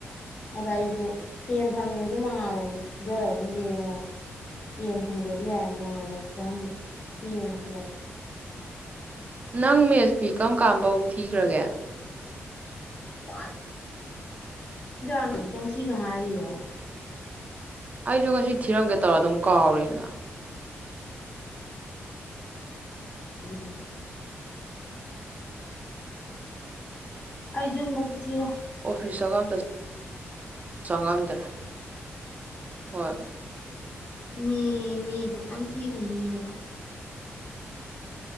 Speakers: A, on the left (about 35°); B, on the right (about 30°).
A: ꯑꯗ ꯑꯩꯁꯨ ꯐꯦꯟ ꯐꯪꯗ꯭ꯔꯁꯨ ꯃꯉꯥꯜꯂꯅꯤ ꯐꯨꯖꯔꯒꯨꯝꯒꯦꯅ ꯐꯦꯟ <unintelligible> ꯐꯤ ꯑꯣꯏꯅ ꯐꯨꯟꯖꯟꯂꯦ
B: ꯅꯪ ꯃꯦꯁ ꯐꯤ ꯀꯔꯝ ꯀꯥꯟꯕꯧ ꯊꯤꯒ꯭ꯔꯒꯦ
A: ꯋꯥꯠ ꯑꯃꯨꯛꯇꯪ ꯊꯤꯗ ꯉꯥꯏꯔꯤꯌꯦ
B: ꯑꯩꯗꯣ ꯉꯁꯤ ꯊꯤꯔꯝꯒꯦ ꯇꯧꯔ ꯑꯗꯨꯝ ꯀꯥꯎꯔꯦꯅ
A: ꯍꯧꯖꯤ ꯀꯦ ꯑꯩ ꯖꯨꯟꯕꯨꯛꯇꯤ ꯊꯤꯔꯣꯏ
B: ꯑꯣꯐꯤꯁ ꯆꯪꯉꯝꯇ ꯆꯪꯉꯝꯗ꯭ꯔꯦ ꯍꯣꯏ
A: ꯃꯦ ꯃꯦ ꯈꯛꯇꯪ ꯊꯤꯈꯤꯅꯤꯌꯦꯕ